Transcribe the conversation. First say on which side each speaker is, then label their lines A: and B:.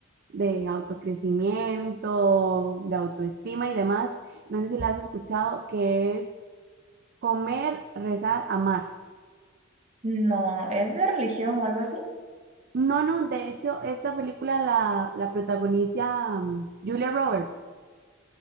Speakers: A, on the right; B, on the right.
A: de autocrecimiento, de autoestima y demás. No sé si la has escuchado, que es Comer, Rezar, Amar.
B: No, es de religión o algo así.
A: No, no, de hecho, esta película la, la protagoniza mm, Julia Roberts.